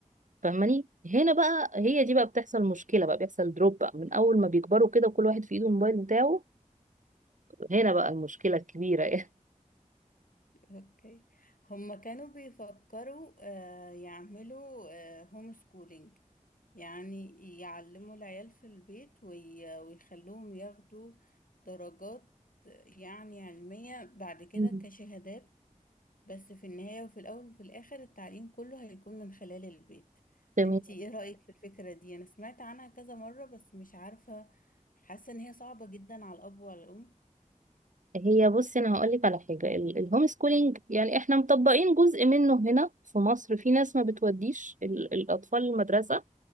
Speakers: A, on the right; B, on the left.
A: فاهماني هنا بقى هي دي بقى بتحصل مشكلة بقى بيحصل دروب بقى من أول ما بيكبروا كده وكل واحد في ايده الموبايل بتاعه هنا بقى المشكلة الكبيرة يعني
B: اوكي هما كانوا بيفكروا آه، يعملوا هوم سكولينج يعني يعلموا العيال في البيت وي- ويخلوهم ياخدوا درجات آه، يعني علمية بعد كده
A: <laughs> مم.
B: كشهادات بس في النهاية وفي الأول وفي الآخر التعليم كله هيكون من خلال البيت
A: تمام
B: انتي ايه رأيك في الفكرة دي انا سمعت عنها كذا مرة بس مش عارفة حاسة ان هي صعبة جدا على الأب وعلى الأم
A: هي بصي انا هقول لك على حاجه ال- الهوم سكولينج يعني احنا مطبقين جزء منه هنا في مصر في ناس ما بتوديش ال- الاطفال المدرسه